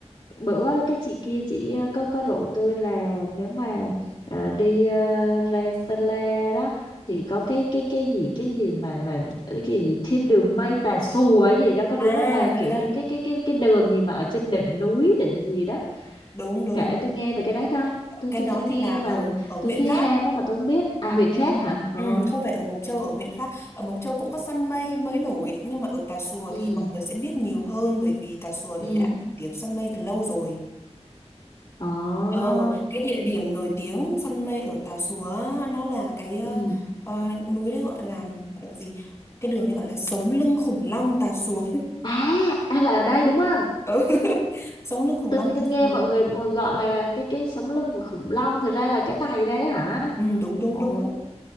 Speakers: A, on the left; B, on the left.
A: bữa cái chị kia chị ờ, có có rủ tôi là nếu mà ờ, đi ờ, ra Sơn La đó thì có cái cái cái gì cái gì mà mà cái gì thiên đường mây Tà Xùa ấy gì đó có đúng
B: à
A: không bà kiểu
B: đó đó
A: như cái cái cái cái đường gì mà ở trên đỉnh núi đỉnh gì đó
B: đúng đúng,
A: kể
B: đúng.
A: tôi nghe về cái đấy coi tôi
B: cái
A: tôi
B: đó
A: tôi nghe
B: thì là ở
A: mà
B: ở huyện
A: tôi thấy
B: khác
A: ham á mà tôi không biết à huyện
B: ừ.
A: khác hả ờ
B: Ừ, không phải ở Mộc Châu ở huyện khác ở Mộc Châu cũng có săn mây mới nổi nhưng mà ở Tà Xùa
A: ừ
B: thì mọi người sẽ biết nhiều hơn bởi vì Tà Xùa thì
A: ừ
B: đã nổi tiếng săn mây từ lâu rồi
A: ồ
B: ờ cái địa điểm nổi tiếng săn mây ở Tà Xùa á, nó là cái ờ,
A: ừ
B: ờ, núi đấy gọi là, gọi là gì cái đường đấy gọi là sống lưng khủng long Tà Xùa
A: à à là ở đây đúng không
B: ừ. <laughs> sống lưng khủng
A: tôi
B: long Cà
A: tôi nghe
B: Phường
A: mọi người gọi là cái cái sống lưng của khủng long thực ra là cái này đấy hả
B: ừ, đúng đúng
A: ồ
B: đúng đúng